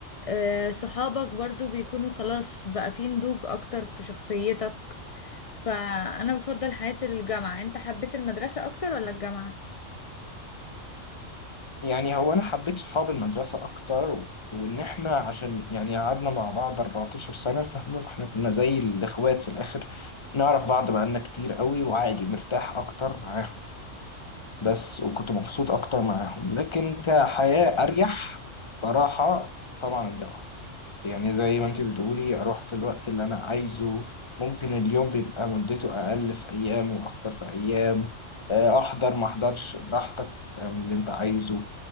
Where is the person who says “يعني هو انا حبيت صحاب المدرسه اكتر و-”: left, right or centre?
Left